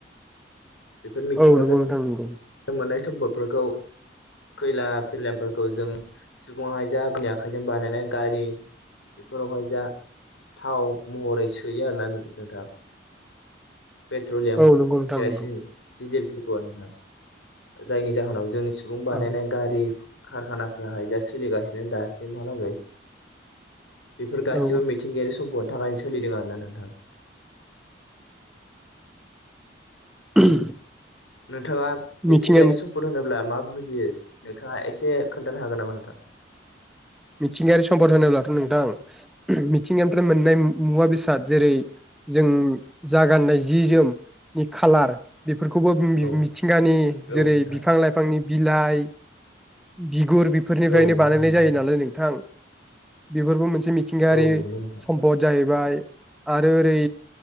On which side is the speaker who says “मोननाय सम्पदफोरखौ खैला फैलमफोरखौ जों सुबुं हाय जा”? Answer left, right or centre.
Left